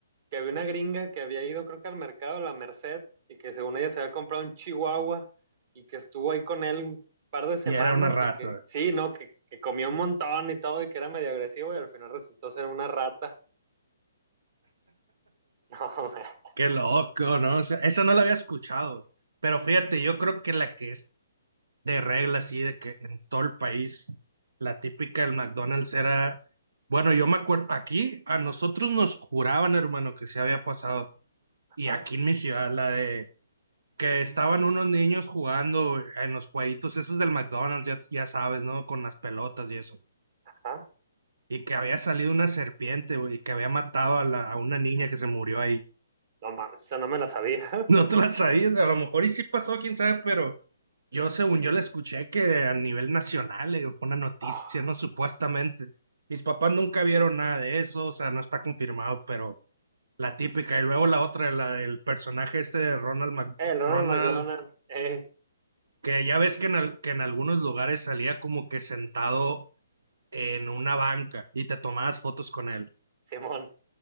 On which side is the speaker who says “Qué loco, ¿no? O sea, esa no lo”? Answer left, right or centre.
Right